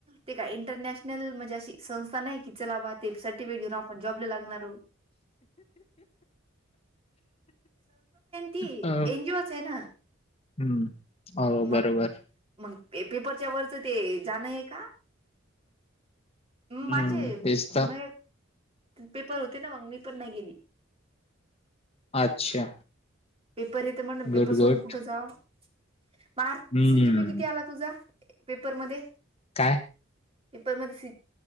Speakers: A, on the right (about 30°); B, on the left (about 30°).
A: ते काय इंटरनॅशनल म्हणजे अशी संस्था नाही की चलावा ते चल ती व्हिडिओ आपण जॉबला लागणार आहोत. ती
B: अ
A: एनजीओच आहे ना?
B: हम्म हो
A: मग.
B: बरोबर
A: मग पेपरच्या वरचं ते जाणंय का?
B: हम्म
A: माझे
B: तेच तर
A: म पेपर होते ना, मग मी पण नाही गेली.
B: अच्छा.
A: पेपर येत मण पेपर
B: गुड
A: सोडून
B: गुड
A: कुठं जाव, मार्क
B: हम्म
A: सीजीपी किती आला तुझा? पेपरमध्ये.
B: काय?
A: पेपर मध्ये C.